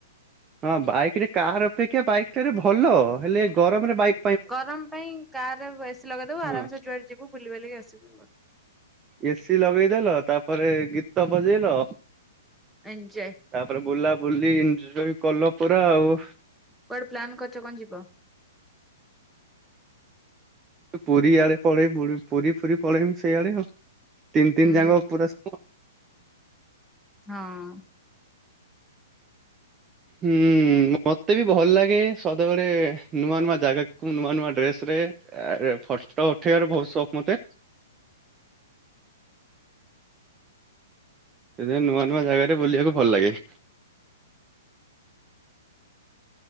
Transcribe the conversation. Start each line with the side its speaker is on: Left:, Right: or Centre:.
Right: ହଁ ବାଇକ ରେ କାର ଅପେକ୍ଷା ବାଇକ୍ ଟାରେ ଭଲ ହେଲେ ଗରମରେ ବାଇକ୍
Centre: ଗରମ ପାଇଁ କାର ଏସି ଲଗେଇ ଦବୁ
Right: ହଁ
Centre: ଆରାମସେ ଯୁଆଡେ ଯିବୁ ବୁଲି ବାଲିକି ଆସିବୁ।
Right: ଏସିି ଲଗେଇଦେଲ ତାପରେ ଗୀତ ବଜେଇଲ।
Centre: ଏଞ୍ଜୟେ। ଏଂଯାଏ।
Right: ତାପରେ ବୁଲା ବୁଲି ଏଂଯାଏ କଲ ପୁରା ଆଉ।
Centre: କୁଆଡେ ପ୍ଳାନ୍ କରିଛ କଣ ଯିବ।
Right: ପୁରୀ ଆଡେ ପଳେଇ ପୁରୀ ଫୁରୀ ପଳେଇବୁ ସେଇଆଡେ ଆଉ। ତିନି ତିନି
Centre: ହୁଁ।
Right: ଯାଙ୍କ ପୁରା
Centre: ହଁ।
Right: ହୁଁ। ମୋତେ ବି ଭଲ ଲାଗେ ସଦାବେଳେ ନୂଆ ନୂଆ ଜାଗାକୁ ନୂଆ ନୂଆ ଡ୍ରେସରେ। ଆରେ ଫଟୋ ଉଠେଇବାର ବହୁତ ସକୋ ମତେ। ସେଥିପାଇଁ ନୂଆ ନୂଆ ଜାଗାରେ ବୁଲିବାକୁ ଭଲ ଲାଗେ।